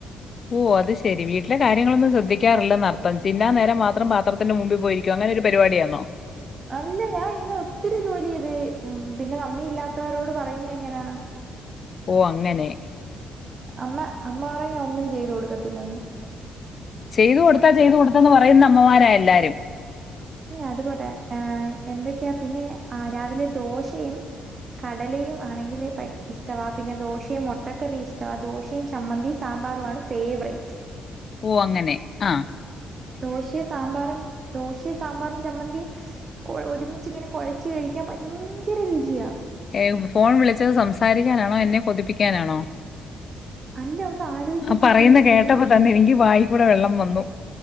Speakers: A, on the left; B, on the right.
A: ഓ അത് ശരി വീട്ടിലെ കാര്യങ്ങളൊന്നും ശ്രദ്ധാറില്ലന്ന്ർത്ഥം തിന്നാൻ നേരം മാത്രം പാത്രത്തിന്റെ മുമ്പിൽ പോയിരിക്കും അങ്ങനെരു പരിപാടിയാണോ
B: അല്ല ഞാൻ ഇന്ന് ഒത്തിരി ജോലി ചെയ്ത് പിന്നെനന്ദില്ലാത്തവരോട് പറയുന്ന എങ്ങനാ
A: ഓ അങ്ങനെ
B: അമ്മ അമ്മ പറയും ഞാൻ ഒന്നും ചെയ്തു കൊടുക്കത്തില്ലെന്ന്
A: ചെയ്തു കൊടുത്താ ചെയ്തു കൊടുത്താന്ന് പറയുന്ന അമ്മമാരായ എല്ലാരും
B: പി അത്പോട്ടെ ആ എന്തൊക്കെയാ പിന്നെം അ രാവിലെ ദോശയും കടലയും ആണെങ്കിൽ ഭയങ്കര ഇഷ്ടമാണ് പിന്നെ ദോശയും മുട്ടക്കറി ഇഷ്ടമാണ് ദോശ <unintelligible> ചമ്മന്തി സാമ്പാറു ആണ് ഫേവറേറ്റ്
A: ഓ അങ്ങനെ ആഹ്
B: ദോശയും സാമ്പാറും ദോശയും സാമ്പാറിനും ചമ്മന്തിയും ഒര്മിച്ച് ഇങ്ങനെ കൊഴച്ച് കയിക്കാൻ ബയങ്കര രുചിയാ
A: യെ ഫോൺ വിളിച്ചത് സംസാരിക്ക്യനാണോ എന്നെ കൊതിപ്പിക്ക്യാനാണോ
B: അല്ല ഒന്ന് ആലോചിച്ച്
A: ആഹ്
B: നോക്കിയേ
A: പറയ്ന്നേ
B: പിന്നെ ഇഡലിയും
A: കേട്ടപ്പോ തന്നെ എനിക്ക് വായിക്കൂടെ വെള്ളം വന്നു